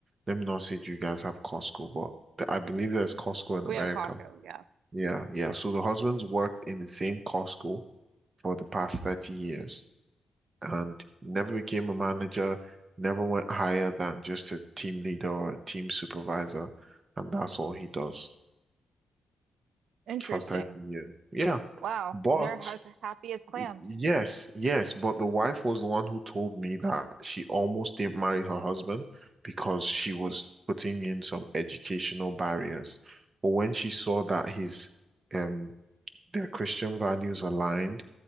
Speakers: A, on the right; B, on the right.
A: let me not say do you guys have Costco, but th- I believe there's Costco in
B: We
A: America.
B: have Costco, yeah.
A: Yeah, yeah. So the husband's worked in the same Costco for the past 30 years and never became a manager, never went higher than just a team leader or a team supervisor. And that's all he does
B: Interesting.
A: for 30 years. Yeah.
B: Wow.
A: But
B: And they're as happy as clams.
A: y- yes, yes. But the wife was the one who told me that she almost didn't marry her husband because she was putting in some educational barriers. But when she saw that his, um, their Christian values aligned,